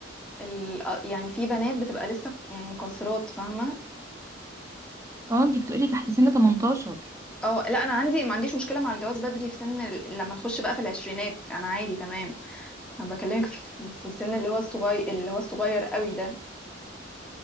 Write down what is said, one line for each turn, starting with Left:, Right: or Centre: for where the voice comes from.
Centre: ال... يعني في بنات بتبقى لسه يعني قاصرات فاهمة؟
Right: اه انت بتقولي تحت سن 18
Centre: اه لا انا عندي ما عنديش مشكلة مع الجواز بدري في سن ال... لما نخش بقى في العشرينات انا عادي تمام انا بكلمك في في السن اللي هو الصغير اللي هو الصغير قوي ده